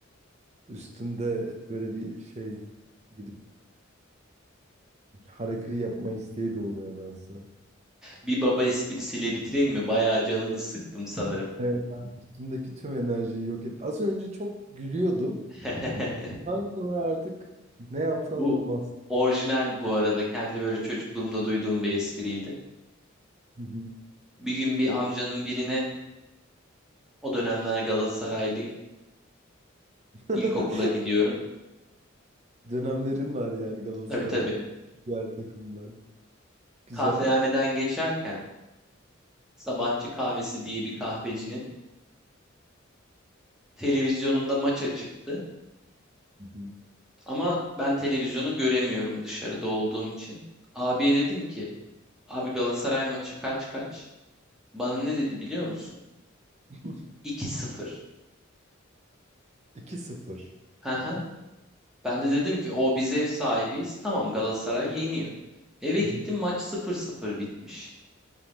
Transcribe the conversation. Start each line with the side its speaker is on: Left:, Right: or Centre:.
Right: üstümde böyle bir şey gidip harakiri yapma isteği doğdu nedense.
Centre: Bir baba esprisiyle bitireyim mi? Bayağı canını sıktım sanırım.
Right: Evet. Ben üstümdeki tüm enerjiyi yok et. Az önce çok gülüyordum.
Centre: <laughs>
Right: Daha sonra artık ne yapsam
Centre: Bu
Right: olmaz.
Centre: orijinal bu arada. Kendi böyle çocukluğumda duyduğum bir espriydi.
Right: Hı hı.
Centre: Bir gün bir amcanın birine o dönemler Galatasaraylıyım.
Right: <laughs>
Centre: İlkokula gidiyorum.
Right: Dönemlerin var yani Galatasaraylı
Centre: Tabii tabii.
Right: diğer takımlar. Güzel.
Centre: Kahvehaneden geçerken sabahçı kahvesi diye bir kahvecinin televizyonunda maça çıktı.
Right: Hı
Centre: Ama ben televizyonu göremiyorum dışarıda olduğum için. Abiye dedim ki abi Galatasaray maçı kaç kaç? Bana ne dedi biliyor musun?
Right: hı.
Centre: 2 sıfır.
Right: 2 sıfır,
Centre: Hı hı. Ben de dedim ki o biz ev sahibiyiz. Tamam Galatasaray yeniyor. Eve
Right: Hı
Centre: gittim
Right: hı.
Centre: maç sıfır sıfır bitmiş.